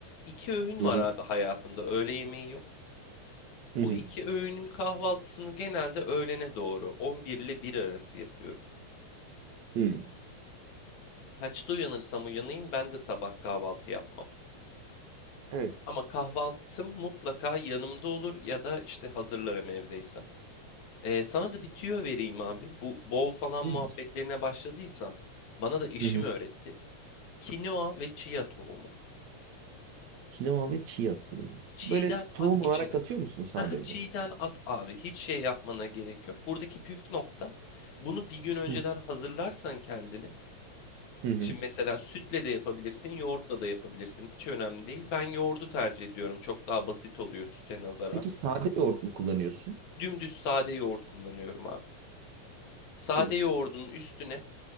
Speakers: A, on the left (about 80°); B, on the right (about 75°).
A: 2 öğün
B: Hı
A: var
B: hı.
A: abi hayatımda, öğle yemeği yok.
B: Hı
A: Bu
B: hı.
A: 2 öğünün kahvaltısını genelde öğlene doğru 11 ile bir arası yapıyorum.
B: Hı.
A: Kaçta uyanırsam uyanayım ben de sabah kahvaltı yapmam.
B: Evet.
A: Ama kahvaltım mutlaka yanımda olur ya da işte hazırlarım evdeysem. Ee, sana da bir tüyo vereyim abi. Bu bol falan
B: Nedir?
A: muhabbetlerine başladıysan bana da eşim
B: Hı hı.
A: öğretti. Kinoa ve chia tohumu.
B: Kinoa ve chia tohumu.
A: Çiğden
B: Böyle tohum
A: at içine.
B: olarak atıyor musun sadece?
A: Haha, Çiğden at abi. Hiç şey yapmana gerek yok. Buradaki püf nokta bunu bir gün önceden
B: Hı
A: hazırlarsan kendine.
B: hı. hı.
A: Şimdi mesela sütle de yapabilirsin, yoğurtla da yapabilirsin. Hiç önemli değil. Ben yoğurdu tercih ediyorum. Çok daha basit oluyor süte nazaran.
B: Peki sade yoğurt mu kullanıyorsun?
A: Dümdüz sade yoğurt kullanıyorum abi. Sade
B: Tamam.
A: yoğurdun üstüne